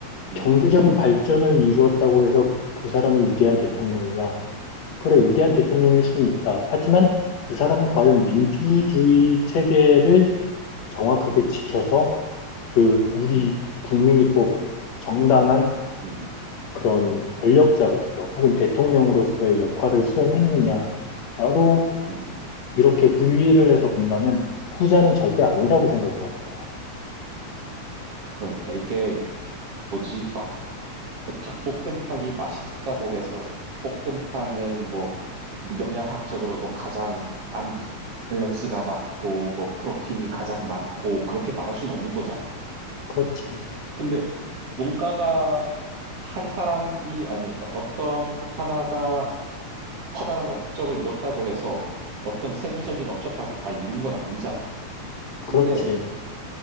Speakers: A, on the right (about 55°); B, on the left (about 65°).
A: 음.
B: 경제적인 발전을 이루었다고 해서 그 사람이 위대한 대통령이냐?
A: 음.
B: 그래, 위대한
A: 음.
B: 대통령일 수는 있다. 하지만 그 사람이
A: 음.
B: 과연
A: 음.
B: 민주주의 체계를 정확하게
A: 음.
B: 지켜서 그 우리
A: 음.
B: 국민이 뽑은 정당한
A: 음.
B: 그런
A: 음.
B: 권력자로서 혹은 대통령으로서의 역할을 수행했느냐로
A: 음.
B: 이렇게 분리를 해서 본다면 후자는 절대 아니라고
A: 음.
B: 생각을 하는 거야.
A: 그러니까 이게 뭐지? 막뭐 닭볶음탕이 맛있다고 해서 닭볶음탕은 뭐 영양학적으로도 가장 안 밸런스가 맞고 뭐 프로틴이 가장 많고 그렇게 말할 수는 없는 거잖아.
B: 그렇지,
A: 근데 뭔가가 한 사람이 아니 어떤 하나가 커다란 업적을 이뤘다고 해서 어떤 세부적인 업적까지 다 이룬 건 아니잖아.
B: 그렇지.
A: 근데